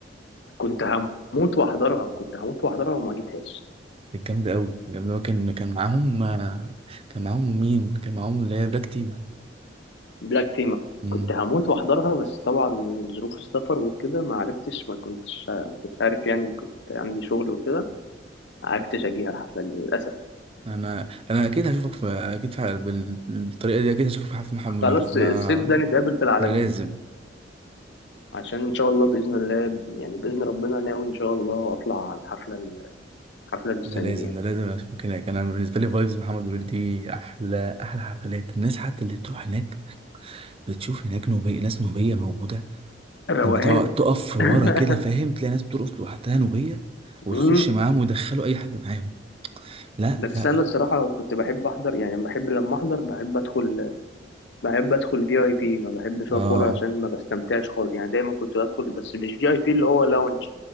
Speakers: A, on the left (about 70°); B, on the right (about 30°).
A: كنت هموت واحضرها كنت هموت واحضرها وما جيتهاش
B: كانت جامده قوي جامده قوي كان كان معاهم كان معاهم مين كان معاهم اللي هي بلاك تيما
A: بلاك تيما
B: مم.
A: كنت هموت واحضرها بس طبعا ظروف السفر وكده ما عرفتش ما كنتش ما كنتش عارف يعني كنت عندي شغل وكده ما عرفتش اجيها الحفلة دي للأسف
B: انا انا اكيد هشوفك في اكيد في بال- بالطريقه دي اكيد هشوفك في حفله محمد منير
A: خلاص
B: انا
A: الصيف ده نتقابل في العالمين
B: ده لازم
A: عشان ان شاء الله بإذن الله يعني بإذن ربنا ناوي ان شاء الله اطلع على الحفلة الحفلة دي السنة
B: ده لازم
A: دي يعني
B: ده لازم اشوفك هناك انا بالنسبه لي فايبز محمد منير دي احلى احلى حفلات الناس حتى اللي بتروح هناك بتشوف هناك نوبيه ناس نوبيه موجوده
A: روقان
B: لما تقع- تقف ورا
A: <laughs>
B: كده فاهم تلاقي ناس بترقص لوحدها نوبية وتخش
A: أمم،
B: معاهم ويدخلوا أي حد معاهم لا
A: بس
B: لا
A: انا الصراحة كنت بحب احضر يعني بحب لما احضر بحب ادخل بحب ادخل في اي بي ما بحبش
B: اه
A: اقف ورا عشان ما بستمتعش خالص يعني دايما كنت بدخل بس مش في اي بي اللي هو لاونج